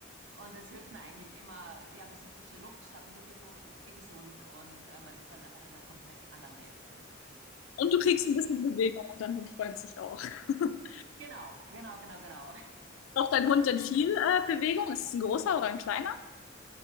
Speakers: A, on the right; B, on the left.
A: Und das hilft mir eigentlich immer, ja, ein bisschen frische Luft schnappen. Sowieso ist es eh gesund und äh, man ist dann einfach in einer komplett anderen Welt drin.
B: Und du kriegst ein bisschen Bewegung und dein Hund freut sich auch. <laughs>
A: Genau, genau, genau, genau.
B: Braucht dein Hund denn viel äh, Bewegung? Ist es ein großer oder ein kleiner?